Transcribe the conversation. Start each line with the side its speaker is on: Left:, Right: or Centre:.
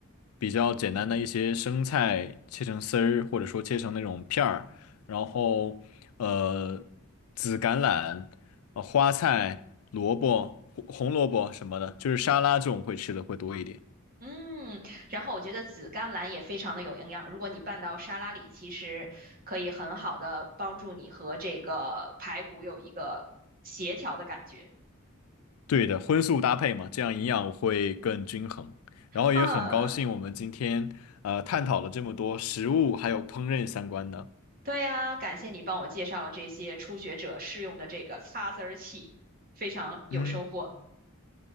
Left: 比较简单的一些生菜切成丝儿，或者说切成那种片儿，然后呃紫橄榄、呃花菜、萝卜、红红萝卜什么的，就是沙拉这种会吃的会多一点。
Right: 嗯，然后我觉得紫甘蓝也非常的有营养，如果你拌到沙拉里，其实可以很好的帮助你和这个排骨有一个协调的感觉
Left: 对的，荤素搭配嘛，这样营养会更均衡。然后也很高兴我们今天呃探讨了这么多食物还有烹饪相关的，
Right: 啊。对呀，感谢你帮我介绍了这些初学者适用的这个擦丝儿器，非常有收获。
Left: 嗯。